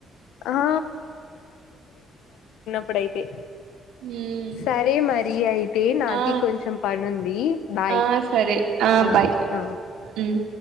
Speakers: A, on the left; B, on the right.
A: ఆ అప్పుడైతే
B: ఉమ్
A: సరే మరి అయితే నాకి
B: ఆ
A: కొంచెం పనుంది బాయ్.
B: ఆ సరే
A: ఆ
B: బాయ్
A: ఆ
B: ఉమ్